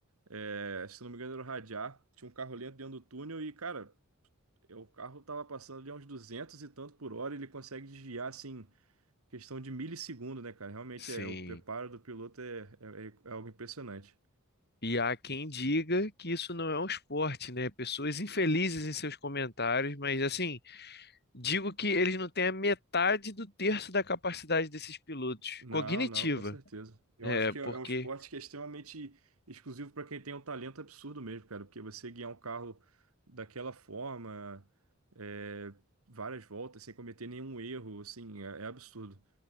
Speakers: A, on the right; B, on the left.
A: É, se não me engano era o Radiar, tinha um carro lento dentro do túnel e, cara, é, o carro tava passando ali a uns 200 e tanto por hora, e ele consegue desviar, assim, questão de milissegundo, né, cara? Realmente
B: sim.
A: é, o preparo do piloto é, é é algo impressionante.
B: E há quem diga que isso não é um esporte, né? Pessoas infelizes em seus comentários, mas assim. Digo que eles não têm a metade do terço da capacidade desses pilotos
A: Não,
B: cognitiva,
A: não, com certeza. Eu
B: é,
A: acho que
B: porque
A: é é um esporte que é extremamente exclusivo para quem tem um talento absurdo mesmo, cara, porque você guiar um carro daquela forma, é, várias voltas, sem cometer nenhum erro, assim, é, é absurdo.